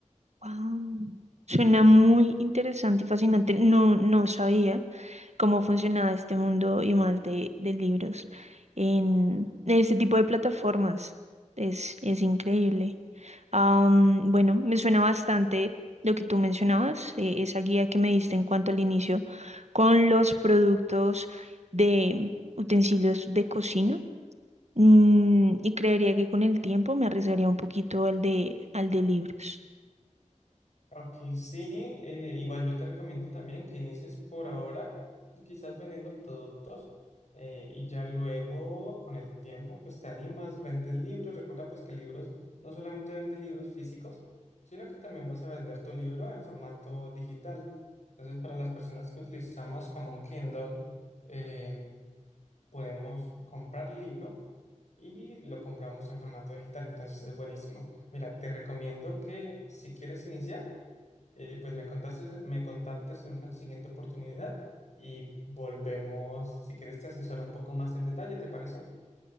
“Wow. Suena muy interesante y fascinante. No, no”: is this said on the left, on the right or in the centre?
Right